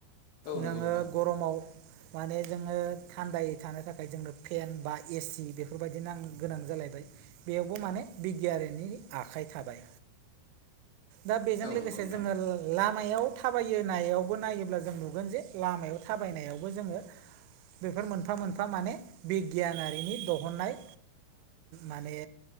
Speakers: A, on the left (about 55°); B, on the right (about 85°).
A: औ नंगौ
B: नोङो
A: नोंथां
B: गरमाव माने जोङो थान्दायै थानो थाखाय जोंनो फेेन बा एसि बेफोरबायदिनोांगोनां जालायबाय बेयावबो माने बिगियाननि आखाइ थाबाय दा बेजों
A: औ
B: लोगोसे
A: नंगौ नोंथां
B: जोङो लामायाव थाबायोनायावबो नायोब्ला जों नुगोन जे लामायाव थाबायनायावबो जोङो। बेफोर मोनफा मोनफा माने बिगियान आरो हारिनि दिहुननाय माने